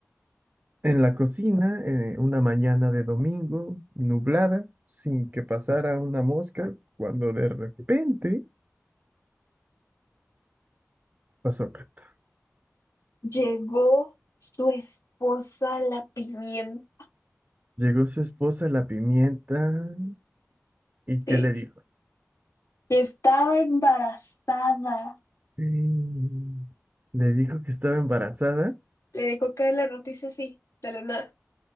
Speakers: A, on the right (about 35°); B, on the left (about 85°).
A: en la cocina, eh, una mañana de domingo, nublada, sin que pasara una mosca, cuando de repente pasó cato
B: Llegó su esposa, la pimienta,
A: Llegó su esposa la pimienta y ¿qué
B: que
A: le dijo?
B: estaba embarazada.
A: Mm, Le dijo que estaba embarazada
B: Le dejó caer la noticia así, de la nada.